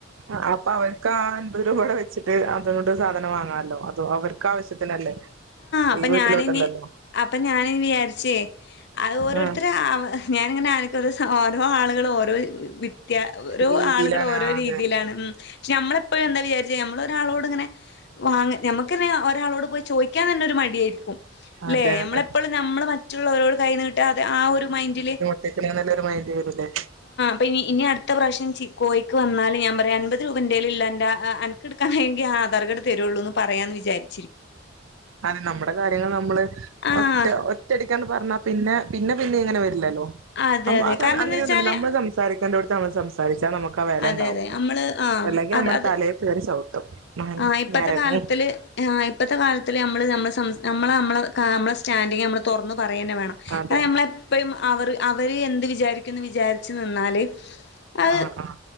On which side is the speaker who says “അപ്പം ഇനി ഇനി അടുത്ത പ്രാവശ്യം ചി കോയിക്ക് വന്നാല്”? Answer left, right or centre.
Left